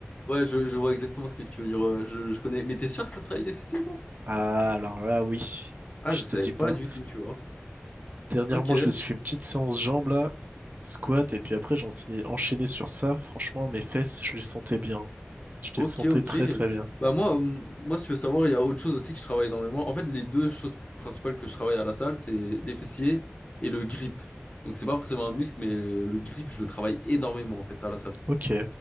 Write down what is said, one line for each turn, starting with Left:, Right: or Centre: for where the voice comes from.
Left: Ouais, je, je vois exactement ce que tu veux dire. ouais, je, je connais. Mais t'es sûr que ça travaille les fessiers, ça?
Right: Ah, alors là, oui,
Left: Ah,
Right: je
Left: je
Right: te
Left: savais
Right: dis
Left: pas
Right: pas.
Left: du tout, tu vois.
Right: Dernièrement,
Left: Ok,
Right: je me suis fait une petite séance jambes là, squat, et puis après, j'en suis enchaîné sur ça. Franchement, mes fesses, je les sentais bien. Je les
Left: ok,
Right: sentais
Left: ok.
Right: très très bien.
Left: Bah moi, hum, moi, si tu veux savoir, il y a autre chose aussi que je travaille énormément. En fait, les deux choses principales que je travaille à la salle, c'est les fessiers et le grip. Donc c'est pas forcément un muscle, mais le grip, je le travaille énormément en fait à la salle.
Right: Ok,